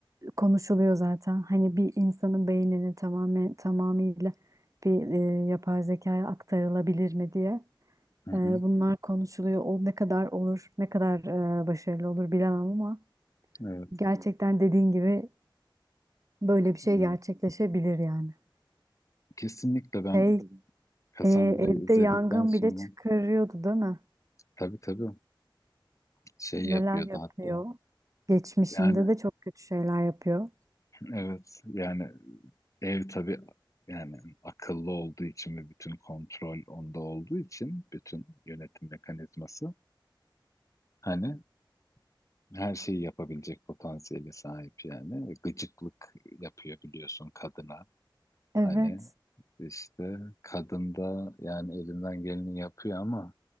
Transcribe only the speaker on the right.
konuşuluyor zaten. Hani bir insanın beyninin tamamen tamamıyla bir e, yapay zekaya aktarılabilir mi diye.
Ee, bunlar konuşuluyor. O ne kadar olur, ne kadar e, başarılı olur bilemem ama
gerçekten dediğin gibi böyle bir şey
gerçekleşebilir yani.
Şey,
e, evde
yangın
bile çıkarıyordu değil mi?
neler
yapıyor.
Geçmişinde
de çok kötü şeyler yapıyor.
Evet.